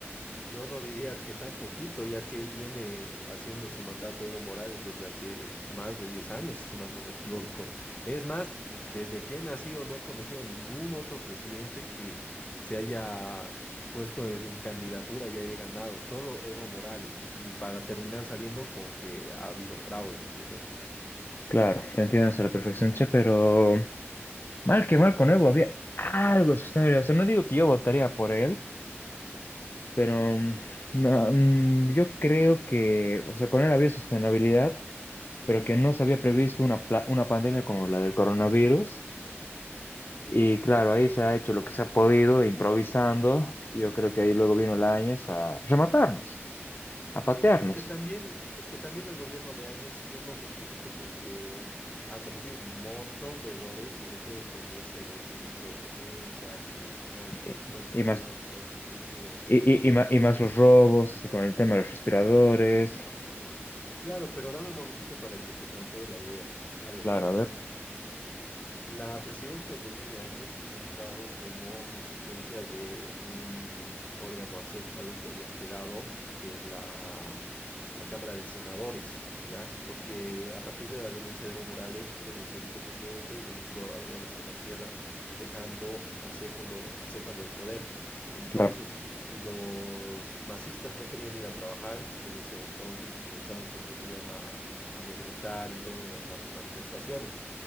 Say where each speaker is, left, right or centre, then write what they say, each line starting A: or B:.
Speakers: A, on the left; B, on the left.
A: Yo no diría que tan poquito, ya que él viene haciendo su mandato Evo Morales desde hace más de 10 años, si más no me equivoco. Es más, desde que he nacido no he conocido a ningún otro presidente que se haya puesto en en candidatura y haya ganado, solo Evo Morales. Y para terminar saliendo con que ha habido fraude, ¿entiendes?
B: Claro, te entiendo hasta la perfección, che, pero mal que mal con Evo había algo sostenible. O sea, no digo que yo votaría por él, pero mm, no, mm, yo creo que, o sea, con él había sostenibilidad, pero que no se había previsto una, pla- una pandemia como la del coronavirus. Y claro, ahí se ha hecho lo que se ha podido, improvisando. y Yo creo que ahí luego vino Lañez a rematarnos, a patearnos.
A: Es que también, es que también el gobierno de Áñez, si bien no justifico porque ha cometido un montón de errores, sobre todo con ese ministro de Defensa que al final
B: Y,
A: fue encarcelado
B: y más,
A: en Estados Unidos.
B: y, y- y ma-
A: No,
B: y más los robos, o sea, con el tema de los respiradores.
A: claro, pero dame un momentito para que te plantee la idea. A ver,
B: Claro, a ver,
A: La presidenta Yanine Áñez ha entrado como consecuencia de un órgano acéfalo que había quedado, que es la, la Cámara de Senadores, ¿ya? Porque a partir de la renuncia de Evo Morales, renunció el vicepresidente y renunció Adriana Salvatierra, dejando acéfalo, acéfalo el poder. Entonces,
B: claro.
A: los masistas no querían ir a trabajar en ese entonces porque pensaban que los iban a amedrentar y todo en las ah, manifestaciones.